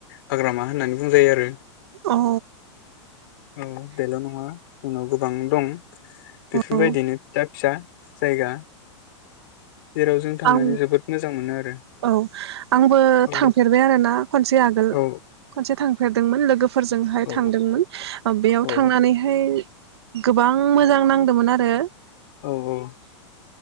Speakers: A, on the left; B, on the right.
A: हाग्रामा होननानै बुंजायो आरो
B: औ
A: औ बेल' नङा जोंनाव गोबां दं। बेफोरबायदिनो
B: औ
A: फिसा फिसा जायगा जेराव जों थांनानै
B: आं
A: जोबोद मोजां मोनो आरो
B: औ आंबो
A: औ
B: थांफेरबाय आरोना खनसे आगो गोल
A: औ
B: खनसे थांफेरदोंमोन लोगो फोरजोंहाय
A: औ
B: थांदोंमोन बेयाव
A: औ
B: थांनानैहाय गोबां मोजां नांदोंमोन आरो <inaudible>
A: औ औ